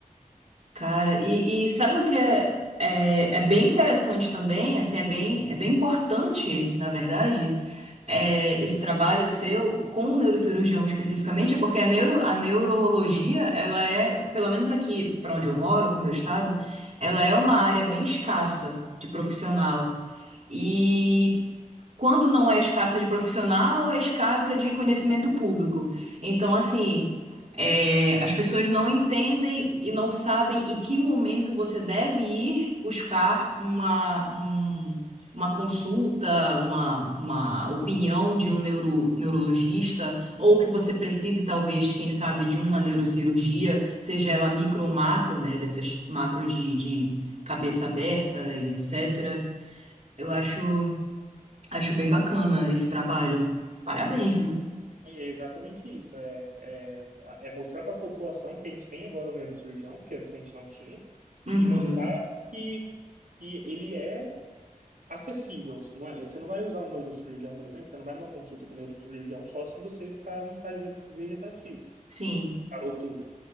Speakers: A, on the right (about 55°); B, on the right (about 70°).
A: Cara, e, e sabe o que é, é, é bem interessante também? Assim, é bem, é bem importante, na verdade. é, esse trabalho seu com o neurocirurgião especificamente, é porque a neuro, a neurologia, ela é, pelo menos aqui para onde eu moro, pro meu estado, ela é uma área bem escassa de profissional. E quando não é escassa de profissional, é escassa de conhecimento público. Então, assim, é, as pessoas não entendem e não sabem em que momento você deve ir buscar uma, um- uma consulta, uma, uma opinião de um neuro, neurologista, ou que você precise, talvez, quem sabe, de uma neurocirurgia, seja ela micro ou macro, né, dessas macro de, de cabeça aberta e etc. Eu acho. Acho bem bacana esse trabalho. Parabéns, viu?
B: É exatamente isso. É, é, é mostrar para a população que a gente tem agora um neurocirurgião, que antes a gente não tinha,
A: Uhum.
B: e mostrar que, que ele é acessível. Não é- você não vai usar um neurocirurgião, por exemplo, você não vai numa consulta com um neurocirurgião só se você ficar no estágio ve- vegetativo.
A: Sim.
B: parou tudo.